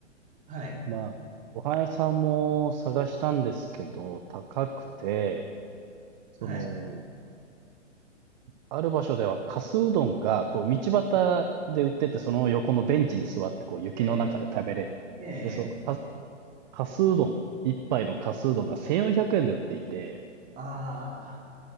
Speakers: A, on the right; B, on the right.
A: はい。
B: まあ、ご飯屋さんも探したんですけど、高くて、その、
A: はい。
B: ある場所では、かすうどんが、こう、道端で売ってて、その横のベンチに座って、こう、雪の中で食べれる。
A: ええ、ええ、
B: で、そのか、かすうどん、一杯のかすうどんが1400円で売っていて、
A: あ